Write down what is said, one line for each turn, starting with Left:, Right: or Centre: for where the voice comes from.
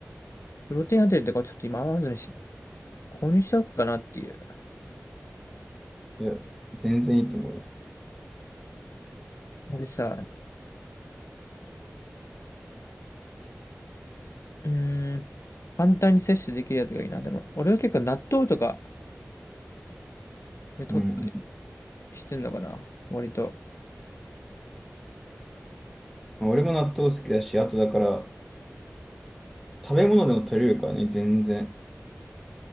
Left: プロテインホテルとかちょっと今までにし購入しようかなっていう。
Centre: いや、全然いいと思うよ。
Left: 俺さ、うーん、簡単に摂取できるやつがいいな。でも、俺は結構納豆とかで取ったり
Centre: うん
Left: してんのかな。割と。
Centre: うん。俺も納豆好きだし、あとだから、食べ物でも取れるからね、全然。